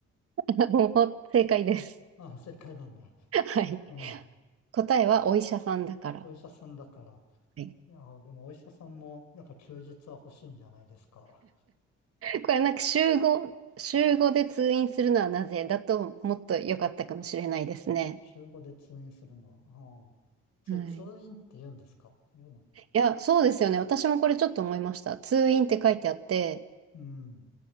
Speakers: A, on the right; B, on the left.
A: <laughs> もう正解です。
B: ああ、正解なんだ。
A: はい。
B: ええ、
A: 答えはお医者さんだから。
B: お医者さんだから。
A: はい。
B: いや、でもお医者さんも、やっぱ休日は欲しいんじゃないですか。
A: これなんか週5、週5で通院するのはなぜだともっと良かったかもしれないですね。
B: 週5で通院するのは。ああ、それ通院って言うんですか言うの。
A: はい。いや、そうですよね。私もこれちょっと思いました。通院って書いてあって、
B: うん。